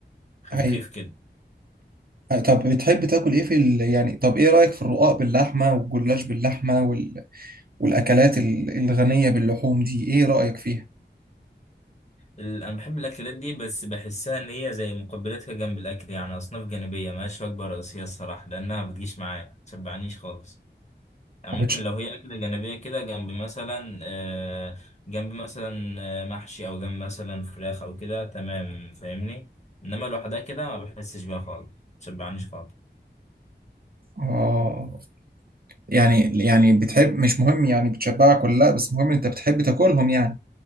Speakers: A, on the left; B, on the right.
A: خفيف
B: هي
A: كده
B: طب بتحب تاكل ايه في ال... يعني طب ايه رايك في الرقاق باللحمه والجلاش باللحمه وال... والاكلات ال- الغنيه باللحوم دي ايه رايك فيها
A: ال- انا بحب الاكلات دي بس بحسها ان هي زي مقبلات كده جنب الاكل يعني اصناف جانبيه ملهاش وجبه رئيسيه الصراحه لانها بتجيش معايا متشبعنيش خالص يعني
B: ما
A: ممكن
B: بتش...
A: لو هي أكلة جانبية كده جنب مثلا آه، جنب مثلا آه، محشي أو جنب مثلا فراخ أو كده تمام فاهمني إنما لوحدها كده ما بحسش بيها خالص مشبعنيش خالص
B: اه يعني يعني بتحب مش مهم يعني بتشبعك ولا لا بس مهم انت بتحب تاكلهم يعني